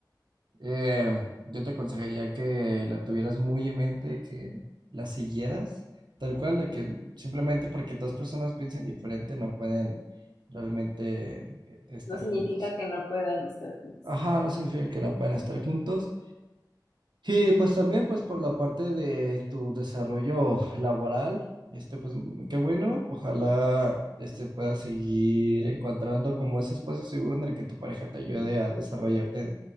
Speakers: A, on the right; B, on the left.
A: eh, yo te aconsejaría que la tuvieras muy en mente, que la siguieras, tal cual, de que simplemente porque dos personas piensen diferente no pueden realmente eh, estar
B: No significa
A: juntos.
B: que no puedan estar juntos.
A: Ajá, no significa que no puedan estar juntos. Y pues también pues por la parte de tu desarrollo laboral, este pues m- qué bueno, ojalá este puedas seguir encontrando como ese espacio seguro en el que tu pareja te ayude a desarrollarte de-